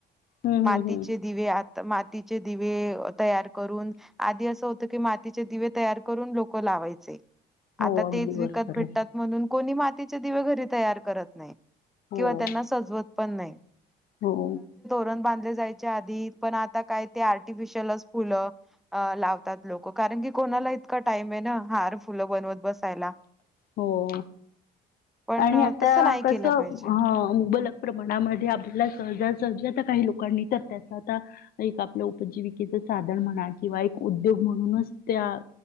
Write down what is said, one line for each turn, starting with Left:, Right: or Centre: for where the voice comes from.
Left: हम्म
Centre: मातीचे
Left: हम्म हम्म.
Centre: दिव्यात मातीचे दिवे तयार करून, आधी असं होतं की मातीचे दिवे तयार करून लोक ला वायचे
Left: हो
Centre: आता
Left: अगदी
Centre: तेच विकत
Left: बरोबर
Centre: भेटतात
Left: आहे.
Centre: म्हणून कोणी मातीचे दिवे घरी तयार करत नाही
Left: हो.
Centre: किंवा त्यांना सजवत पण नाही.
Left: हो.
Centre: पण बांधले जायचे आधी पण आता काय ते आर्टिफिशयलच फुलं अ लावतात लोक कारण की कोणाला इतका टाईम नाही ना हार फुलं बनवत बसायला.
Left: हो.
Centre: पण
Left: आणि आता
Centre: तसं नाही
Left: कस
Centre: केलं
Left: अ
Centre: पाहिजे
Left: मुबलक प्रमाणामध्ये आपल्याला सहज सहज तर काही लोक काणी तार त्याच आता एक उपजीविकेच साधन म्हणा किंवा एक उद्योग म्हणूनच ते त्या